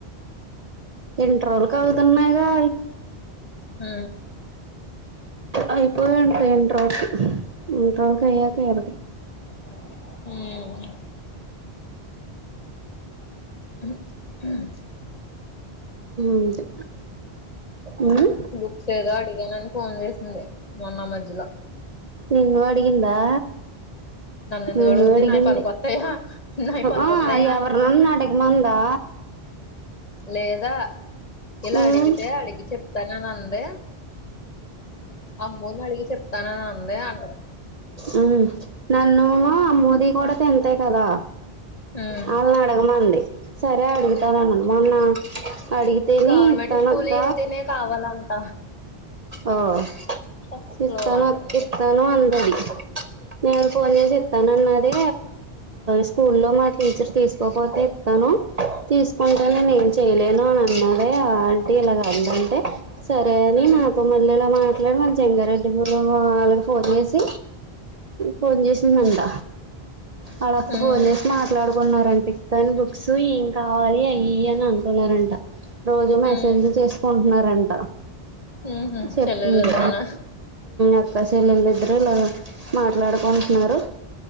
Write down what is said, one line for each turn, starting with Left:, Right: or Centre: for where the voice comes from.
Right: ఇంటర్ లోళ్లకుఅవుతున్నాయిగా
Left: హ
Right: అయిపోయింట ఇంటరు ఇంటర్ క అయ్యాక ఇలకి
Left: అ అ
Right: అంతే ఉమ్
Left: బుక్స్ ఏదో అడిగానని ఫోన్ చేసింది మొన్న ఆ మజ్జిలో
Right: నిన్ను అడిగిందా
Left: ఎందుకు
Right: నన్ను
Left: అడుగుద్ది
Right: అడిగింది
Left: నాయి పనికొత్తాయా నాయి పనికొత్తాయా
Right: ఆ ఎవరు నన్న అడగమందా
Left: లేదా ఇలా
Right: ఉమ్
Left: అడిగితే అడిగి చెప్తానని అందే అమ్మోని అడిగి చెప్తానని అందే అన్న
Right: ఉ నన్ను మోది కూడా తింతాయి కదా.
Left: ఉమ్
Right: వాళ్ళని అడగమంది సరే అడుగుతాను మొన్న అడిగితేనే
Left: గవర్నమెంట్
Right: ఇస్తానక్క
Left: స్కూల్ అయితేనే కావాలంట
Right: ఆ ఓ
Left: ఫస్ట్
Right: ఇస్తానక్క
Left: లో అంటుంది
Right: ఇస్తానక్క అందండి. నేను ఫోన్ చేసి ఇత్తాను అన్నది స్కూల్ లో మా టీచర్ తీసుకోపోతే ఇత్తాను. తీసుకుంటే
Left: ఉమ్
Right: నేను ఏం చేయలేను అని అన్నారే ఆంటీ ఇలాగ అందంటే. సరే నీ
Left: ఉమ్
Right: అన్నా ఇలా మాట్లాడు, మళ్ళా చెంగారెడ్డిరు వాళ్ళకి ఫోన్ చేసి ఫోన్ చేసిందంట వాళ్ళక్క
Left: ఉమ్
Right: ఫోన్ చేసి మాట్లాడుకుంట అనుకున్నారంట తాని బుక్స్ ఏం కావాలి అయి ఈయి అని అనుకున్నారంట రోజు మెసేజ్లు
Left: ఉమ్
Right: చేసుకుంటున్నారంట.
Left: ఉహు
Right: చెప్పంది
Left: చెల్లెలిద్దరునా
Right: అక్కాచెల్లలిద్దరు ఇలా మాట్లాడుకుంటున్నారు